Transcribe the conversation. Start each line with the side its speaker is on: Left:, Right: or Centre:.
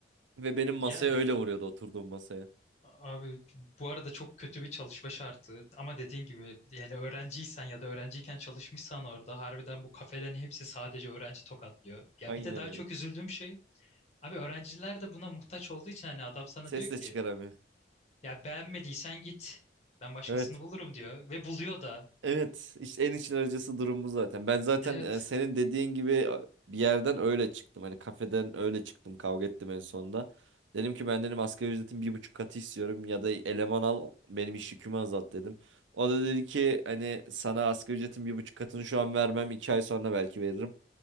Right: ve benim masaya
Left: Yani.
Right: öyle vuruyordu oturduğum masaya.
Left: Abi bu arada çok kötü bir çalışma şartı ama dediğin gibi yani öğrenciysen ya da öğrenciyken çalışmışsan orada harbiden bu kafelerin hepsi sadece öğrenci tokatlıyor. Ya
Right: Aynen
Left: bir de daha
Right: öyle.
Left: çok üzüldüğüm şey abi öğrenciler de buna muhtaç olduğu için hani adam sana
Right: Ses
Left: diyor ki
Right: de çıkaramıyor.
Left: ya beğenmediysen git ben başkasını
Right: Evet.
Left: bulurum diyor ve buluyor da
Right: Evet, işte en içler acısı durum bu zaten. Ben zaten
Left: evet
Right: e, senin dediğin gibi e, bir yerden öyle çıktım. Hani kafeden öyle çıktım. Kavga ettim en sonunda. Dedim ki ben dedim asgari ücretin bir buçuk katı istiyorum ya da eleman al benim iş yükümü azalt dedim. O da dedi ki hani sana asgari ücretin bir buçuk katını şu an vermem iki ay sonra belki veririm.